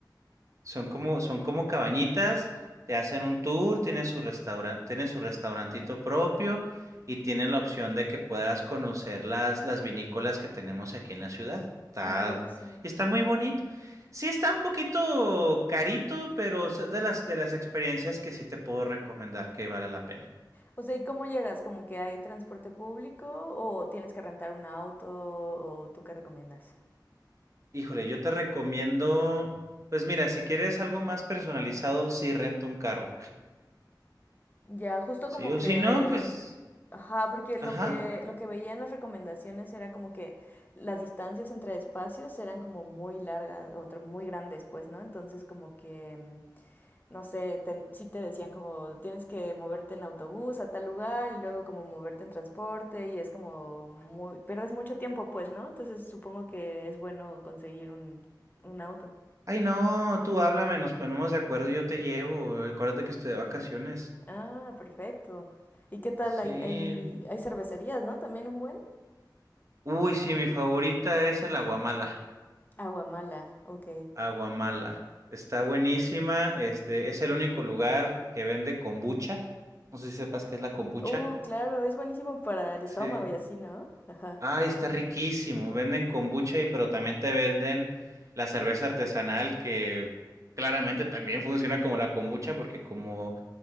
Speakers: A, on the right; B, on the left.
A: Son como, son como cabañitas, te hacen un tour, tienen su restaurante, tienen su restaurantito propio y tienen la opción de que puedas conocer las, las vinícolas que tenemos aquí en la ciudad. Está,
B: Ah, buenísimo.
A: y está muy bonito. Sí está un poquito carito, pero es de las, de las experiencias que sí te puedo recomendar que vale la pena.
B: O sea, ¿y cómo llegas? ¿Como que hay transporte público o tienes que rentar un auto o tú qué recomiendas?
A: Híjole, yo te recomiendo, pues mira, si quieres algo más personalizado, sí rento un carro.
B: Ya, justo
A: Sí,
B: como
A: o
B: que,
A: si no, pues,
B: ajá, porque lo
A: ajá.
B: que, lo que veía en las recomendaciones era como que las distancias entre espacios eran como muy largas, otro muy grandes, pues, ¿no? Entonces como que, mm, no sé, ten- sí te decían como tienes que moverte en autobús a tal lugar y luego como moverte en transporte y es como muy, pierdes mucho tiempo, pues, ¿no? Entonces supongo que es bueno conseguir un, un auto.
A: Ay, no, tú háblame, nos ponemos de acuerdo y yo te llevo. Acuérdate que estoy de vacaciones.
B: Ah, perfecto. ¿Y qué tal?
A: Sí.
B: Hay, hay, hay cervecerías, ¿no? También un buen.
A: Uy, sí, mi favorita es el Aguamala.
B: Aguamala, ok.
A: Aguamala. Está buenísima. Este es el único lugar que vende kombucha. No sé si sepas qué es la kombucha.
B: Uh, claro, es buenísimo para el estómago
A: Sí.
B: y así, ¿no? Ajá.
A: Ay, está riquísimo. Venden kombucha y pero también te venden la cerveza artesanal que claramente también funciona como la kombucha porque como